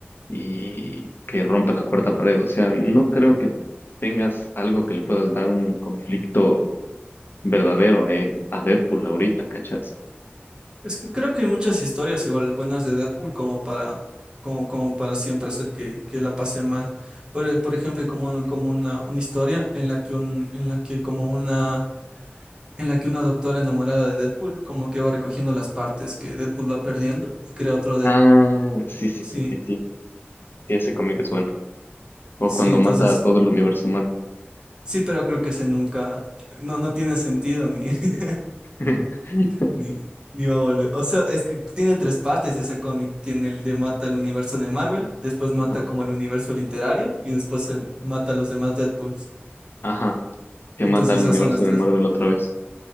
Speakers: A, on the left (about 60°); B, on the right (about 20°).
A: y que rompe la cuarta pared. O sea, no creo que tengas algo que le puedas dar un conflicto verdadero a él, a Deadpool ahorita, ¿cachas?
B: es que creo que hay muchas historias igual buenas de Deadpool como para, como, como para siempre hacer que, que la pase mal. Por, por ejemplo, como, como una, una historia en la que un, en la que como una en la que una doctora enamorada de Deadpool como que va recogiendo las partes que Deadpool va perdiendo y crea otro Deadpool.
A: Ah, sí, sí,
B: Sí,
A: sí, sí, sí. Sí, ese cómic es bueno. O
B: sí,
A: cuando
B: entonces,
A: mata a todo el universo Marvel.
B: sí, pero creo que ese nunca, no, no tiene sentido ni, <laughs>
A: <laughs>
B: ni, ni va a volver. O sea, es que tiene tres partes ese cómic. Tiene el de mata el universo de Marvel, después mata
A: Ajá.
B: como el universo literario y después se mata a los demás Deadpools.
A: Ajá, que
B: Entonces
A: mata al
B: esas
A: universo
B: son las tres.
A: de Marvel otra vez.